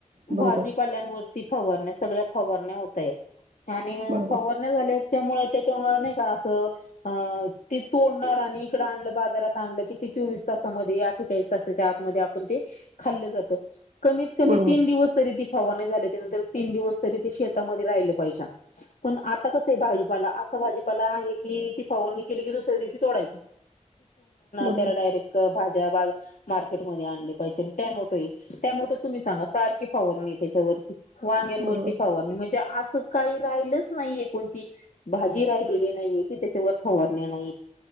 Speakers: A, on the right; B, on the left.
A: बरोबर
B: भाजीपाल्यांवरती फवारण्या सगळ्या फवारण्या होताहेत आणि
A: बरोबर
B: फवार ण्या झाल्याच्यामुळे त्याच्यामुळे नाही का असं अह ते तोडणार आणि इकडं आणलं बाजारात आणलं की ते चोवीस तासामध्ये अठ्ठेचाळीस तासाच्या आतमध्ये आप पण ते खाल्ल जात कमीत कमी
A: बरोबर
B: तीन दिवस तरी ते फवारणी झाल्याच्यानंतर तीन दिवस तरी ते शेतामध्ये राहिले पाहिजे पण आता कसं आहे भाजीपाला असा भाजीपाला आहे की ती फवारणी केली की दुसऱ्या दिवशी तोडायच <unintelligible>
A: बरोबर
B: त्याला डायरेक्ट भाज्या बा अह मार्केट मध्ये आणले पाहिजेल टॅमोटो आहे टॅमोटो तुम्ही सांगा सारखी फवारणी त्याच्यावरती वांग्यांवरती
A: बरोबर
B: फवारणी म्हणजे असं काही राहिलच नाहीे कोणती भाजी राहिलेली नाहीये की त्याच्यावर फवारणी नाही